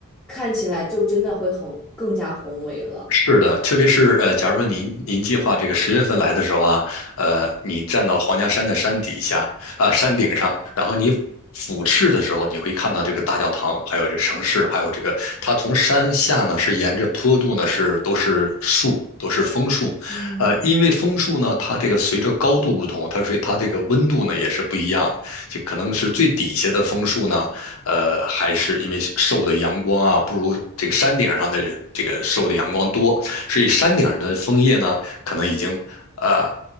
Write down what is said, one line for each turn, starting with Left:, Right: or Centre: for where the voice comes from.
Centre: 看起来就真的会很更加宏伟了。
Left: 是的，特别是呃，假如说您您计划这个十月份来的时候啊，呃，你站到皇家山的山底下啊、山顶上，然后你俯视的时候，你会看到这个大教堂，还有这城市，还有这个它从山下呢是沿着坡度呢是都是树，都是枫树，
Centre: 嗯
Left: 呃，因为枫树呢，它这个随着高度不同，它所以它这个温度呢也是不一样的，就可能是最底下的枫树呢，呃，还是因为受的阳光啊，不如这个山顶上的这个受的阳光多，所以山顶上的枫叶呢，可能已经呃